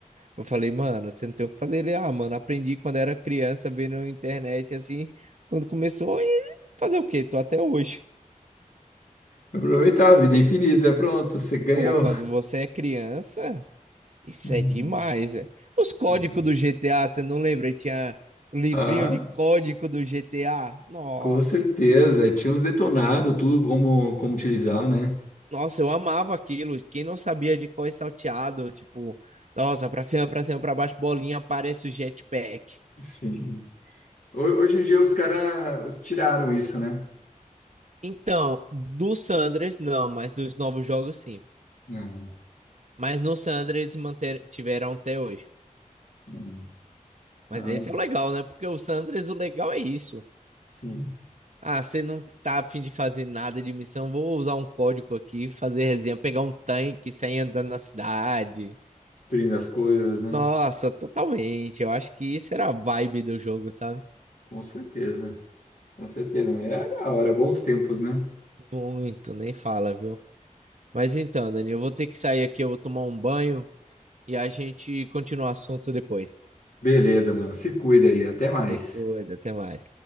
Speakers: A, on the right; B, on the left.
A: Eu falei, mano, você não tem o que fazer. Ele, ah, mano, aprendi quando era criança, vendo na internet, assim, quando começou, e fazer o quê? Tô até hoje.
B: Aproveitar a vida é infinita, pronto, você ganhou.
A: Pô, quando você é criança, isso
B: Uhum.
A: é demais, velho. Os códigos
B: Nossa.
A: do GTA, você não lembra? Tinha um livrinho
B: Ah,
A: de código do GTA. Nossa.
B: Com certeza, tinha uns detonados, tudo como, como utilizar, né?
A: Nossa, eu amava aquilo. Quem não sabia de cor e salteado, tipo, nossa, pra cima, pra cima, pra baixo, bolinha, aparece o jetpack.
B: Sim. Ho- Hoje em dia os caras tiraram isso, né?
A: Então, do San Andreas, não, mas dos novos jogos, sim.
B: Não,
A: Mas no San Andreas manter, tiveram até hoje.
B: não.
A: Mas
B: Ah,
A: esse
B: mas
A: é o legal, né? Porque o San Andreas, o legal é isso.
B: sim,
A: Ah, você não tá a fim de fazer nada de missão? Vou usar um código aqui, fazer resenha, pegar um tanque, e sair andando na cidade.
B: destruindo as coisas, né?
A: Nossa, totalmente. Eu acho que isso era a vibe do jogo, sabe?
B: Com certeza, com certeza. Mas é da hora, bons tempos, né?
A: Muito, nem fala, viu? Mas então, Dani, eu vou ter que sair aqui, eu vou tomar um banho e a gente continua o assunto depois.
B: Beleza, mano. Se cuida aí, até mais.
A: Se cuida, até mais.